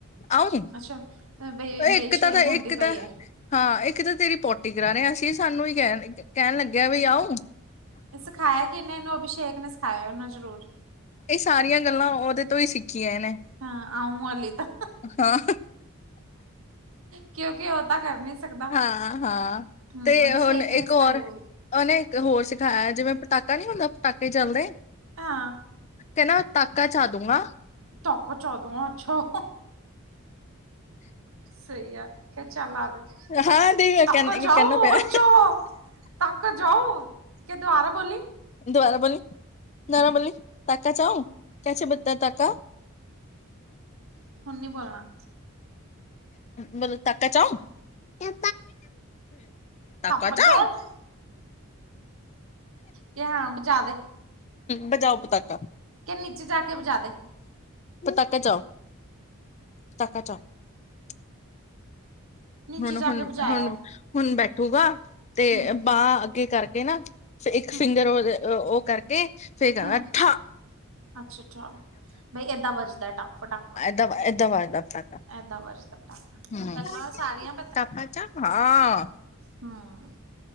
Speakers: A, on the left; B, on the right.
A: ਆਊ।
B: ਅੱਛਾ। ਬਈ
A: ਇੱਕ
B: ਮੇਰੀ ਸ਼ੇਮ
A: ਤਾਂ ਇੱਕ
B: ਹੁੰਦੀ ਪਈ
A: ਤਾਂ
B: ਹੈ
A: ਹਾਂ ਇੱਕ ਤਾਂ ਤੇਰੀ ਪੋਟੀ ਕਰਾਰੇ ਅਸੀਂ ਸਾਨੂੰ ਹੀ ਕਹਿ ਕਹਿਣ ਲੱਗਿਆ ਵੀ ਆਓ।
B: ਖਾਇਆ ਕਿੰਨੇ ਇਹਨੂੰ ਅਭਿਸ਼ੇਕ ਨੇ ਸਿਖਾਇਆ ਉਹਨੂੰ ਜ਼ਰੂਰ
A: ਇਹ ਸਾਰੀਆਂ ਗੱਲਾਂ ਉਹਦੇ ਤੋਂ ਹੀ ਸਿੱਖੀਆਂ ਇਹਨੇ।
B: ਹਾਂ ਆਊ ਅਲੀ ਤਾਂ
A: ਹਾਂ
B: ਕਿਉਂਕਿ ਉਹ ਤਾਂ ਕਰ ਨਹੀਂ ਸਕਦਾ
A: ਹਾਂ, ਹਾਂ
B: ਹੂੰ
A: ਤੇ
B: ਅਭਿਸ਼ੇਕ
A: ਹੁਣ ਇੱਕ
B: ਨੇ ਸਿਖਾਈ
A: ਹੋਰ
B: ਹੋਗੀ
A: ਉਹਨੇ ਇੱਕ ਹੋਰ ਸਿਖਾਇਆ ਜਿਵੇਂ ਪਟਾਕਾ ਨੀ ਹੁੰਦਾ ਪਟਾਕੇ ਚਲਦੇ
B: ਹਾਂ,
A: ਤੇੰਨਾ ਤਾਕਾ ਚਾਦੁੰਗਾ
B: ਤਾਕਾ ਚਾਦੂੰਗਾ ਅਛਾ ਸਹੀ ਹੈ ਕੇ ਚਲਾ ਦੇ
A: ਹਾਂ ਦੇਖ
B: ਤਾਕਾ
A: ਕਹਿ
B: ਜਾਊ
A: ਕਹਿੰਦਾ ਪਿਆ
B: ਹਚੋ ਤੱਕ ਜਾਊ ਕਿ ਦੁਆਰਾ ਬੋਲੀ
A: ਦੁਆਰਾ ਬੋਲੀ ਦੁਆਰਾ ਬੋਲੀ ਤਾਕਾ ਚਾਊ ਕੇਸੇ ਬਤਾ ਤਾਕਾ
B: ਹੁਣ ਨੀ ਬੋਲਣਾ
A: ਮਤਲਬ ਤਾਕਾ ਚਾਊ ਤਾਕਾ
B: ਤੱਪ
A: ਚਾਊ
B: ਜਾਊ ਕਿ ਹਾਂ ਬਜਾ ਦੇ
A: ਬਜਾਓ ਪਤਾਕਾ
B: ਕੇ ਨੀਚੇ ਜਾ ਕੇ ਵਜਾ ਦੇ
A: ਪਤਾਕਾ ਜਾਓ ਪਤਾਕਾ ਚਾਓ <unintelligible>
B: ਨੀਚੇ
A: ਹੁਣ,
B: ਜਾ
A: ਹੁਣ,
B: ਕੇ ਬਜਾਇਆ
A: ਹੁਣ,
B: ਉਹ
A: ਹੁਣ ਬੈਠੂਗਾ ਤੇ
B: ਹੂੰ
A: ਬਾਂਹ ਅੱਗੇ ਕਰਕੇ ਨਾ ਫ ਇੱਕ
B: ਹੂੰ
A: ਫਿੰਗਰ ਉਹ ਉਹ ਕਰਕੇ ਫੇਰ ਗਾਂ
B: ਹਾਂ
A: ਗਾ ਥਾਂ
B: ਅੱਛਾ, ਅੱਛਾ ਬਈ ਏਦਾਂ ਵੱਜਦਾ ਪਟਾਕਾ
A: ਦਵਾ ਇਹਦਾ ਵਾਜਦਾ ਪਟਾਕਾ
B: ਇਹਦਾ ਵਾਜਦਾ ਪਟਾਕਾ
A: ਹਮ
B: ਹਾਂ ਗੱਲਾਂ ਸਾਰੀਆਂ
A: ਪਟਾਕਾ ਚਾ ਹਾਂ
B: ਹਮ।